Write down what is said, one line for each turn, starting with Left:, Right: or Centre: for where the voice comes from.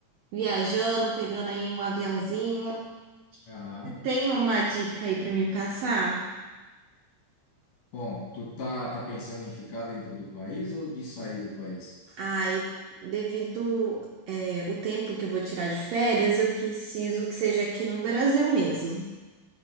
Right: viajando, pegando aí um aviãozinho.
Left: Aham.
Right: Você tem uma dica aí para me passar?
Left: Bom, tu tá, tá pensando em ficar dentro do país ou de sair do país?
Right: Ai, devido é, o tempo que eu vou tirar de férias, eu preciso que seja aqui no Brasil mesmo.